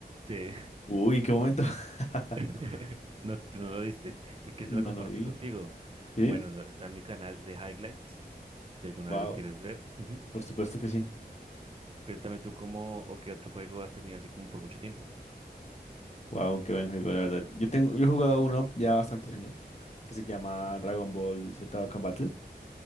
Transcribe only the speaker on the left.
Uy, qué momento. <laughs>
No,
no vi.
¿Sí?
Wow,
por supuesto que sí.
Wow, qué buen juego, la verdad. Yo tengo, yo he jugado uno ya bastantes años que se llama Dragon Ball Z Dokkan Battle